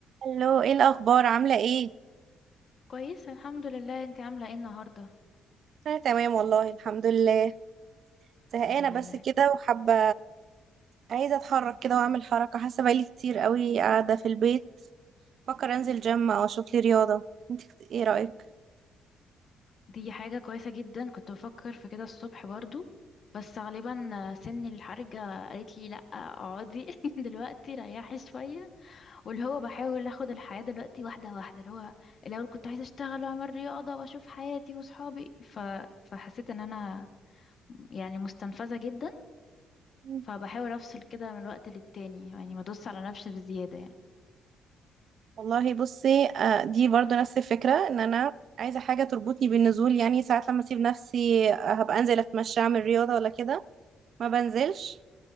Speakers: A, on the right; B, on the left.
A: الو ايه الاخبار عامله ايه
B: كويسة الحمد لله انت عاملة ايه النهاردة
A: انا تمام والله الحمد لله زهقانه
B: الحمد لله
A: بس كده وحابه عايزه اتحرك كده واعمل حركه حاسه بقالي كتير قوي قاعده في البيت فكر انزل جيم او اشوف لي رياضه انت كت- ايه رايك
B: دي حاجة كويسة جدا كنت بفكر في كده الصبح برضو بس غالبا سن الحرجة قالت لي لأ اقعدي <laughs> دلوقتي ريحي شوية واللي هو بحاول اخد الحياة دلوقتي واحدة واحدة اللي هو الأول كنت عايزة اشتغل واعمل رياضة واشوف حياتي وصحابي ف... فحسيت ان انا يعني مستنفذة جدا
A: مم.
B: فبحاول افصل كده من وقت للتاني يعني ما ادوس على نفسي بزيادة يعني
A: والله بصي آه، دي برضو نفس الفكره ان انا عايزه حاجه تربطني بالنزول يعني ساعات لما اسيب نفسي آه، هبقى انزل اتمشى اعمل رياضه ولا كده ما بنزلش